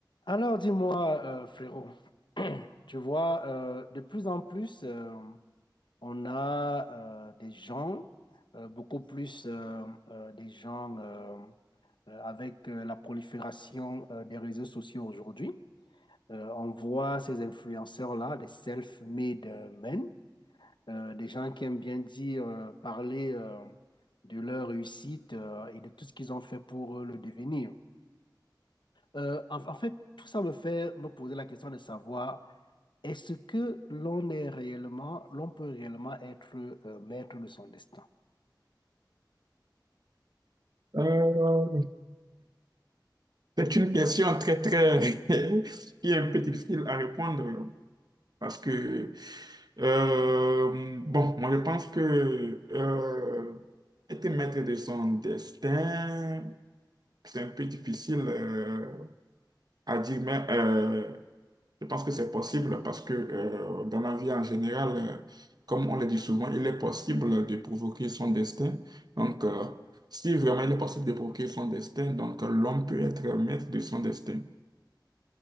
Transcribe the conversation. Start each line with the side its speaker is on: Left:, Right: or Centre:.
Left: Alors dis-moi, euh, frérot, <clears throat> tu vois, euh, de plus en plus, euh, on a euh, des gens, euh, beaucoup plus euh, euh, des gens euh, euh, avec euh, la prolifération euh, des réseaux sociaux aujourd'hui. Euh, on voit ces influenceurs-là, des self-made euh, men, euh, des gens qui aiment bien dire, euh, parler euh, de leur réussite euh, et de tout ce qu'ils ont fait pour euh, le devenir. Euh, en en fait, tout ça me fait me poser la question de savoir... Est-ce que l'on est réellement, l'on peut réellement être euh, maître de son destin?
Right: Euh, c'est une question très, très, <laughs> qui est un peu difficile à répondre parce que, euh, bon, moi je pense que euh, être maître de son destin, c'est un peu difficile euh, à dire, mais euh, je pense que c'est possible parce que euh, dans la vie en général, euh, comme on le dit souvent, il est possible de provoquer son destin. Donc, euh, si vraiment il est possible de provoquer son destin, donc euh, l'homme peut être maître de son destin.